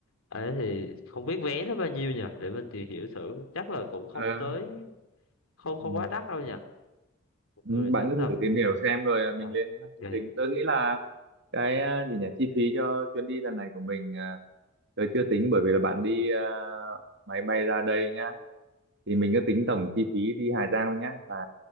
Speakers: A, on the left; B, on the right.
A: ấy thì không biết vé nó bao nhiêu nhỉ để mình tìm hiểu thử chắc là cũng không
B: Ờ.
A: tới không không
B: Ừ.
A: quá đắt đâu nhỉ một
B: Ừ,
A: người
B: bạn
A: chắc
B: cứ thử
A: tầm
B: tìm hiểu xem rồi à, mình
A: sao
B: lên các chương
A: okay.
B: trình tôi nghĩ là cái à, gì nhỉ chi phí cho chuyến đi lần này của mình à, tôi chưa tính bởi vì là bạn đi à, máy bay ra đây nhá thì mình cứ tính tổng chi phí đi Hà Giang thôi nhá là